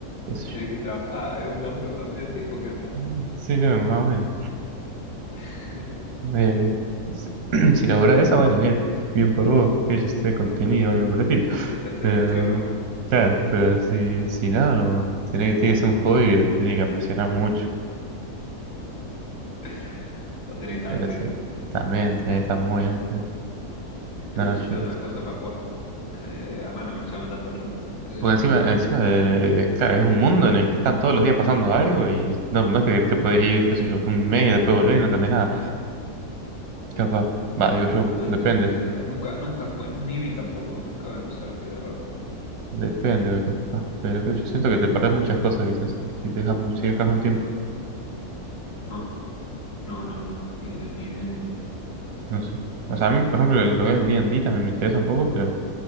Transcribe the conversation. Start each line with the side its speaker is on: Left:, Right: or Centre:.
Right: qué sé
Left: Tener
Right: yo.
Left: que trabajar, ah, es un laburo a medio tiempo, ¿qué onda?
Right: Mm, Sí, no, más bueno
Left: <laughs>
Right: Eh, si, <clears throat> si logró eso, bueno, bien, bien por vos, que haya este contenido o algo útil.
Left: Si se hace
Right: Pero,
Left: de streamer, ¿no?
Right: claro, pero si, si no, tiene que, tiene que ser un hobby que te tiene que apasionar mucho.
Left: <laughs> O tenés tal
Right: Pero
Left: pedo.
Right: sí, también tiene que estar muy alto.
Left: Y
Right: No,
Left: yo tengo
Right: yo no
Left: otras
Right: sé.
Left: cosas para jugar. Eh, además no me llama tanto el roleplay, qué
Right: Porque
Left: sé
Right: encima, encima de, de- claro, es un mundo en el que están todos los días pasando algo y no, no es que te puedes ir, qué sé yo, un mes y después volver y no entendés nada. Capaz, va, digo yo,
Left: No,
Right: depende.
Left: ni idea, la verdad. Nunca, nunca jugué, ni vi tampoco. Nunca me puse a ver GTA Roleplay.
Right: Depende, ve, capaz. Pero que yo siento que te perdés muchas cosas quizás si, si te dejas, mu- si dejas un tiempo.
Left: No, no, no, no. Ni idea, ni idea, ni idea.
Right: No sé. O sea, a mí, por ejemplo, lo que es el D&D también me interesa un poco, pero